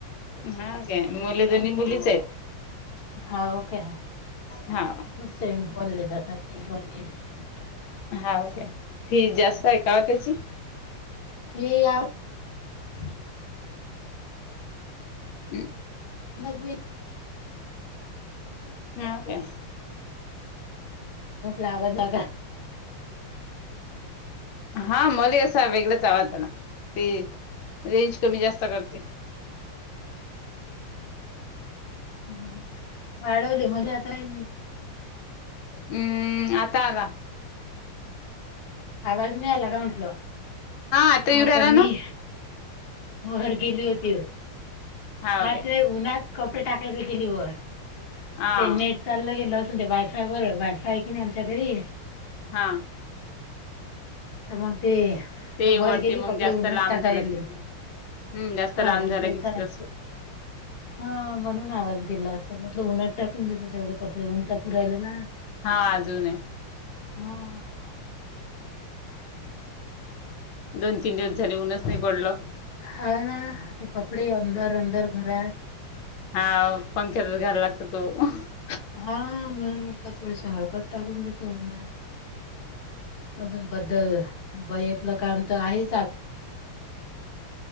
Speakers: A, on the left; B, on the left.
A: हा काय मुले दोन्ही
B: होऊ
A: मुलीच आहेत.
B: काय?
A: हा
B: <unintelligible>
A: हाका फीज जास्त आहे का व त्याची?
B: फी आ
A: हम्. हम
B: आवाज
A: होऊ काय.
B: लागत जाग
A: हा मले असा, वेगळाच आवाज आला ते रेंज. कमी जास्त करते.
B: हम् वाढवली मले आता नाही.
A: हम्म आता आला.
B: आवाज नाही आला का म्हंटल.
A: आता
B: हा
A: येऊ राहिला
B: कमी.
A: ना
B: वर गेली होती,
A: हाव
B: हा
A: काय
B: ते उन्हात. कपडे टाकायला गेली, वर
A: हा
B: ते नेट चालल गेल असते ते बरं वायफाय आहे, की नाही आमच्या घरी.
A: हा.
B: तर मग ते
A: ते
B: वर
A: वरती
B: गेली,
A: मग
B: कपडे
A: जास्त
B: उन्हात
A: लांब
B: टाकायले.
A: झालं की हम्म जास्त
B: हा
A: लांब
B: मग
A: झालं
B: तेचा
A: की तस
B: हा म्हणून आवाज. म्हटल उन्हात टाकून देत, तेवढे कपडे उनता पुरायला ना.
A: हा अजून आहे
B: ह.
A: दोन तीन दिवस झाले, उनच नि पडल.
B: हा ना ते कपडे अंदर अंदर घरात.
A: हा पंख्यातच घायला लागतो तो हा
B: हा मग. थोड हळकट टाकून त्याच होऊणार. अजून बद्दल <unintelligible> काम तर आहे